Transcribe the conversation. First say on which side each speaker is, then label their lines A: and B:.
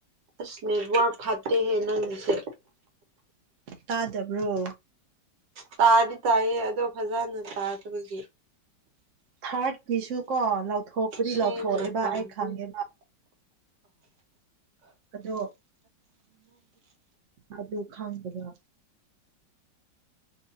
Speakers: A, on the right; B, on the right.
A: ꯑꯁ ꯅꯦꯠꯋꯥꯔꯛ ꯐꯠꯇꯦꯍꯦ ꯅꯪꯁꯦ
B: ꯇꯥꯗꯕ꯭ꯔꯣ
A: ꯇꯥꯗꯤ ꯇꯥꯏꯌꯦ ꯑꯗꯣ ꯐꯖꯅ ꯇꯥꯗꯕꯒꯤ
B: ꯊꯔꯠꯀꯤꯁꯨ ꯊꯣꯛꯄꯨꯗꯤ
A: ꯁꯦꯡꯅ
B: ꯂꯥꯎꯊꯣꯛꯑꯦꯕ
A: ꯇꯥꯗꯦ
B: ꯑꯩ ꯈꯪꯉꯦꯕ ꯑꯗꯣ ꯑꯗꯨ ꯈꯪꯗꯕ